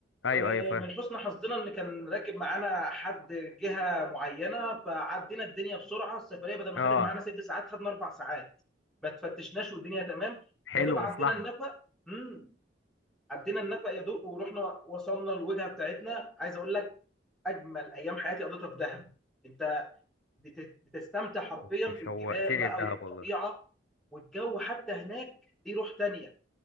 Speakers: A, on the left (about 80°); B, in the centre.
A: ايوه
B: آه،
A: ايوه فاهم
B: من حسن حظنا ان كان راكب معانا حد جهه معينه فعدينا الدنيا بسرعه السفريه بدل ما
A: اه
B: خدت معانا ست ساعات خدنا اربع ساعات ما تفتشناش والدنيا تمام
A: حلو
B: يا دوب عدينا
A: مصلحه
B: النفق امم عدينا النفق يا دوب ورحنا وصلنا الوجهه بتاعتنا عايز اقول لك اجمل ايام حياتي قضيتها في دهب انت بت- بتستمتع حرفيا
A: أنت
B: بالجبال
A: شوقتني
B: بقى
A: لدهب
B: وبالطبيعه
A: والله
B: والجو حتى هناك دي روح تانية